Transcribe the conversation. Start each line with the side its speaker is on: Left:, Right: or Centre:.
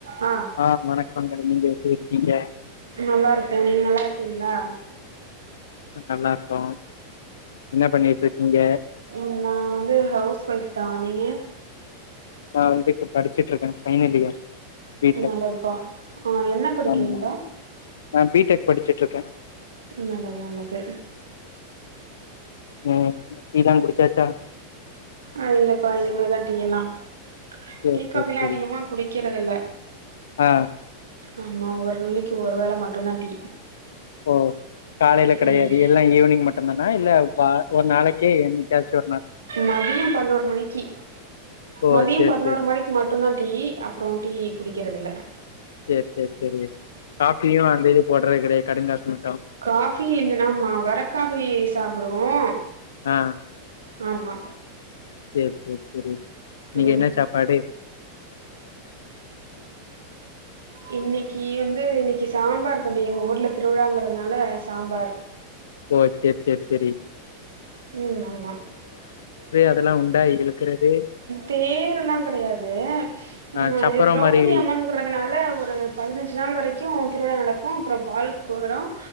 Right: ஆ
Left: ஆ வணக்கங்க நீங்க எப்டி இருக்கிங்க
Right: நல்லாருக்கே நீங்க நல்லா இருக்கிங்ளா
Left: நல்லாருக்கோ என்ன பண்ணிட்டு இருக்கிங்க
Right: ம் நா வந்து ஹவுஸ் ஒய்ஃப்தா நீங்க
Left: நா வந்து இப்ப படிச்சிட்ருக்க ஃபைனல் இயர் பி டெக்
Right: நல்லதுப்பா என்ன படிக்கிறிங்ப்பா
Left: ஆமா. நா பி டெக் படிச்சுட்ருக்கே
Right: நல்லது நல்லது
Left: ம் டீ லா குடிச்சாச்சா
Right: ஆ இல்லப்பா இனிமேதா டீ எல்லாம்
Left: சேரி
Right: டீ
Left: சேரி
Right: காஃபி எல்லா
Left: சேரி.
Right: அதிகமா குடிக்கறது இல்ல
Left: ஆ
Right: ஆமா ஒரு நாளைக்கு ஒரு வேள மட்டுந்தா டீ
Left: ஓ காலையில கெடையாது
Right: ம்
Left: எல்லா ஈவினிங் மட்டுந்தானா இல்ல வ ஒரு நாளைக்கே என்னைக்காச்சு ஒரு நாள்
Right: மதிய பதினோரு மணிக்கு
Left: ஓ
Right: மதிய
Left: சேரி
Right: பதினோரு
Left: சேரி
Right: ம ணிக்கு மட்டுந்தா டீ அப்புற டீ குடிக்கிறது இல்ல
Left: சேர் சேர் செரி காபியு அந்த இது போடற கெடையா கடுங்காசன
Right: காஃபி இல்லனா ம வர காஃபி சாப்பிடுவோ
Left: ஆ
Right: ஆமா
Left: சேர் சேர் செரி இன்னைக்கு
Right: ம்
Left: என்ன சாப்பாடு
Right: இன்னைக்கு வந்து இன்னைக்கு சாம்பார் தம்பி எங்க ஊர்ல திருவிழாங்கிறதுனால சாம்பார்
Left: ஓகே செர் செரி
Right: ம் ஆமா
Left: அதெல்லா உண்டா இழுக்கறது?
Right: தேர்லாம் கிடையாது ம்
Left: ஆ சப்பரம்
Right: இது திரௌபதி
Left: மாரி
Right: அம்மன் ப்பறதுனால ஒரு பதினஞ்சு நாள் வரைக்கும் திருவிழா நடக்கும் அப்புறம் பால்கொடம்